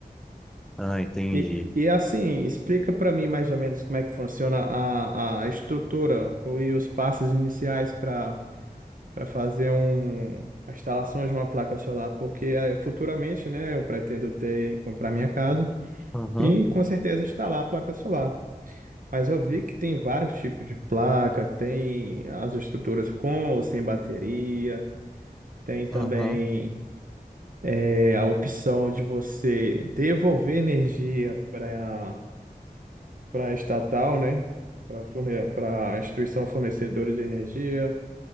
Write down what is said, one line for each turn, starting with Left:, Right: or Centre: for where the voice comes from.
Centre: Ah, entendi.
Right: E, e assim, explica para mim mais ou menos como é que funciona a, a estrutura ou- e os passos iniciais para para fazer um, a instalação de uma placa solar, porque aí, futuramente, né, eu pretendo ter, comprar minha casa
Centre: Aham,
Right: e com certeza instalar a placa solar. Mas eu vi que tem vários tipos de placa, tem as estruturas com ou sem bateria, tem também
Centre: aham.
Right: é, a opção de você devolver energia para para a estatal, né? Para forne para a instituição fornecedora de energia.